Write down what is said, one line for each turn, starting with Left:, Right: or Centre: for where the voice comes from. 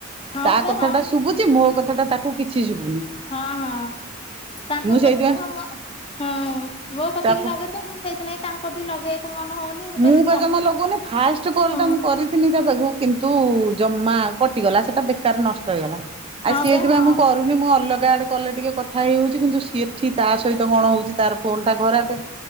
Left: ହଁ
Right: ତା
Left: ବା
Right: କଥା
Left: ହଁ
Right: ଟା ଶୁବୁଚି ମୋ କଥା ଟା ତାକୁ କିଛି ଶୁବୁନି।
Left: ହଁ ହଁ ତାଙ୍କ
Right: ସେଇଥିପାଇଁ
Left: କଥା ହଁ ମ ହୁଁ ମୋ କତିକି
Right: ତା ଫୋ
Left: ଲଗେ ତ ମୁଁ ସେଇଥିନାଗି ତାଙ୍କ କତିକି ଲଗେଇ ମନ ହଉନି।
Right: ମୁଁ
Left: କହିଲି
Right: ପା
Left: ତମ
Right: ଜମା
Left: ମୋର
Right: ଲଗଉନି ଫାଷ୍ଟ୍ କଲ୍
Left: ହଁ
Right: ଟା ମୁଁ କରି ଥିଲି ତା ପାଖୁ କିନ୍ତୁ ଜମା କଟିଗଲା ସେଟା ବେକାର୍ ରେ ନଷ୍ଟ ହେଇଗଲା। ଆ
Left: ହଁ
Right: ସେଇଥି
Left: ବେ ହଁ
Right: ପାଇଁ ମୁଁ କରୁନି ମୁଁ ଅଲଗା ଆଡେ କଲେ ଟିକେ କଥା ହେଇ ହଉଚି କିନ୍ତୁ ସେଠି ତା ସହିତ କଣ ହଉଚି ତାର ଫୋନ୍ ଟା ଖରାପେ